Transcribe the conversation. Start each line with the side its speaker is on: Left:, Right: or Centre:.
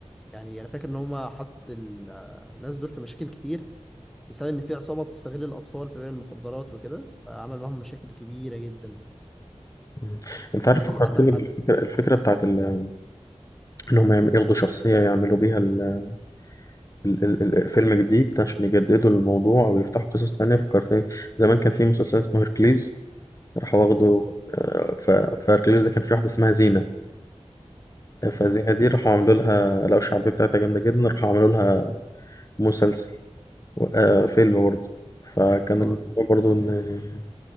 Centre: يعني أنا فاكر إن هما حط ال- آه، الناس دول في مشاكل كتير بسبب إن في عصابة بتستغل الأطفال في بيع المخدرات وكده فعمل معاهم مشاكل كبيرة جدا
Left: مم. انت
Centre: وقتل
Left: عارف فكرتني
Centre: حد
Left: بالفكرة الفكرة بتاعت
Centre: مم.
Left: ال- انهم يعم- ياخدوا شخصية يعملوا بيها ال- ال- ال- ال- فيلم جديد عشان يجددوا الموضوع ويفتحوا قصص تانية فكرتني زمان كان في مسلسل اسمه هيركليز راح واخده
Centre: مم.
Left: آه، ف... فاركليز ده كان في واحدة اسمها زينة فزينة
Centre: مم.
Left: دي راحوا عملوا لها لقوا الشعبية بتاعتها جامدة جدا راحوا عملوا لها مسلسل و- آه، فيلم برضه فكان
Centre: اه
Left: الموضوع برضه إن